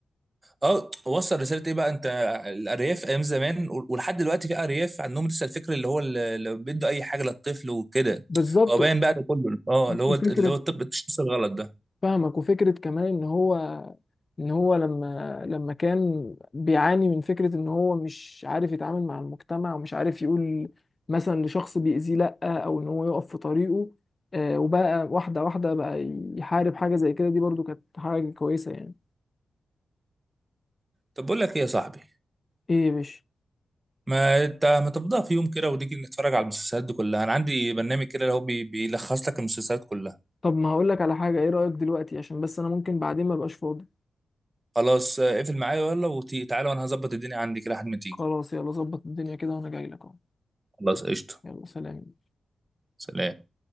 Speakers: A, on the right (about 25°); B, on the left (about 35°).
A: اه وصل رساله ايه بقى انت الارياف ايام زمان و- ولحد دلوقتي في ارياف عندهم لسه الفكر اللي هو اللي اللي بيدوا اي حاجه للطفل وكده
B: بالظبط
A: هو باين بقى ده كله اه اللي هو
B: وفكرة
A: اللي هو الطب التشخيص الغلط ده
B: فاهمك وفكرة كمان ان هو ان هو لما لما كان بيعاني من فكرة ان هو مش عارف يتعامل مع المجتمع ومش عارف يقول مثلا لشخص بيأذيه لأ او ان هو يقف في طريقه آه، وبقى واحدة واحدة بقى يحارب حاجة زي كده دي برضو كانت حاجة كويسة يعني
A: طب بقول لك ايه يا صاحبي
B: ايه يا باشا
A: ما انت ما تفضى في يوم كده وتيجي نتفرج على المسلسلات دي كلها انا عندي برنامج كده اللي هو بي- بيلخص لك المسلسلات كلها
B: طب ما هقولك على حاجة ايه رأيك دلوقتي عشان بس انا ممكن بعدين ما بقاش فاضي
A: خلاص آه، اقفل معايا يلا وتعالى وانا هظبط الدنيا عندي كده لحد ما تيجي
B: خلاص يلا ظبط الدنيا كده وانا جاي لك اهو
A: خلاص قشطة
B: يلا سلام
A: سلام